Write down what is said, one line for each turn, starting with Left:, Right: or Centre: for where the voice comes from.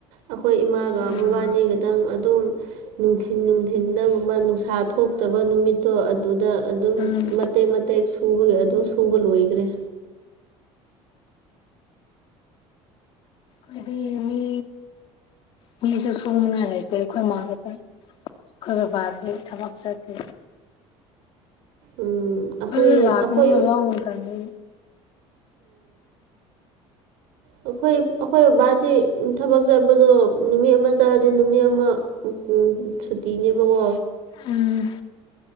Right: ꯑꯩꯈꯣꯏ ꯏꯃꯥꯒ
Left: ꯎꯝ
Right: ꯃꯕꯥꯅꯤꯒꯗꯪ ꯑꯗꯨꯝ ꯅꯨꯡꯊꯤꯟ ꯅꯨꯡꯊꯤꯒꯨꯝꯕ ꯅꯨꯡꯁꯥ ꯊꯣꯛꯇꯕ ꯅꯨꯃꯤꯠꯇꯣ ꯑꯗꯨꯗ ꯑꯗꯨꯝ
Left: ꯎꯝ
Right: ꯃꯇꯦꯛ ꯃꯇꯦꯛ ꯁꯨꯕꯒꯤ ꯑꯗꯨ ꯁꯨꯕ ꯂꯣꯏꯈ꯭ꯔꯦ
Left: ꯀꯗꯤ ꯃꯤ ꯃꯤꯁ ꯁꯨꯉꯂꯩꯇ ꯈꯣꯏ ꯃꯥꯒ ꯑꯩꯈꯣꯏ ꯕꯥꯥꯟꯗꯤ ꯊꯕꯛ ꯆꯠꯀ
Right: ꯎꯝ ꯑꯩꯈꯣꯏ
Left: ꯐ ꯂꯥꯛꯀꯅꯤꯂ
Right: ꯑꯩꯈꯣꯏ
Left: ꯍꯟ ꯇꯅꯤ
Right: ꯑꯣ ꯑꯩꯈꯣꯏ ꯑꯩꯈꯣꯏ ꯕꯕꯥꯗꯤ ꯊꯕꯛ ꯆꯠꯄꯗꯣ ꯅꯨꯃꯤꯠ ꯑꯃ ꯆꯥꯔꯗꯤ ꯅꯨꯃꯤꯠ ꯑꯃ ꯎꯝ ꯁꯨꯇꯤꯅꯦꯕꯀꯣ
Left: ꯎꯝ